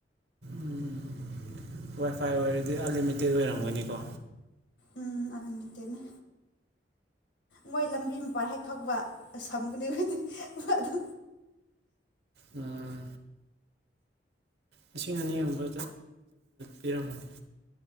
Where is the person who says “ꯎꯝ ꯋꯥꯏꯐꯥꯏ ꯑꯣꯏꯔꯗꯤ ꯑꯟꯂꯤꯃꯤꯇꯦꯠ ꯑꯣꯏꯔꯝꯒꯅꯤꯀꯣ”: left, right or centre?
Right